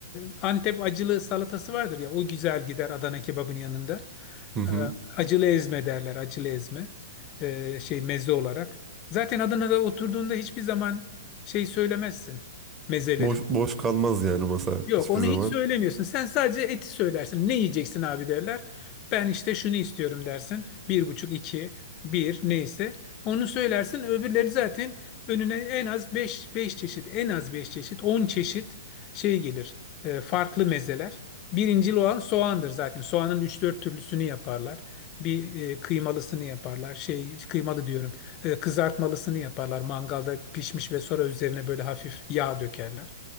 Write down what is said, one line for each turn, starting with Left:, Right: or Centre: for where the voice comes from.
Left: e, Antep acılı salatası vardır ya o güzel gider Adana kebabın yanında.
Right: Hı hı.
Left: E, acılı ezme derler acılı ezme E, şey meze olarak. Zaten Adana'da oturduğunda hiçbir zaman şey söylemezsin mezeleri.
Right: Boş boş kalmaz yani masa
Left: Yok
Right: hiçbir
Left: onu
Right: zaman.
Left: hiç söylemiyorsun. Sen sadece eti söylersin. Ne yiyeceksin abi derler. Ben işte şunu istiyorum dersin. Bir buçuk, iki, bir neyse. Onu söylersin. Öbürleri zaten önüne en az beş, beş çeşit, en az beş çeşit, on çeşit şey gelir. E, farklı mezeler. Birincil olan soğandır zaten. Soğanın üç dört türlüsünü yaparlar. Bir e, kıymalısını yaparlar. Şey kıymalı diyorum. E, kızartmalısını yaparlar. Mangalda pişmiş ve sonra üzerine böyle hafif yağ dökerler.